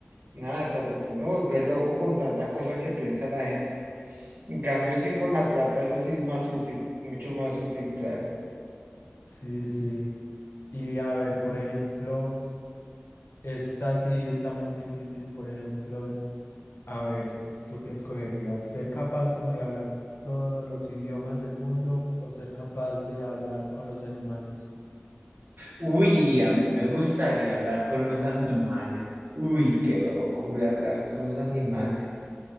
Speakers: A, on the right (about 75°); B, on the left (about 75°).
A: nada, hasta se puede uno volver loco con tanta cosa que piensa la gente. En cambio, sí, con la plata, eso sí es más útil, mucho más útil, claro.
B: Sí, sí. Y a ver, por ejemplo, esta sí está muy difícil, por ejemplo, A ver, ¿tú qué escogerías? ¿Ser capaz como de hablar todos los idiomas del mundo o ser capaz de hablar con los animales?
A: Uy, a mí me gustaría hablar con los animales. Uy, qué locura hablar con los animales.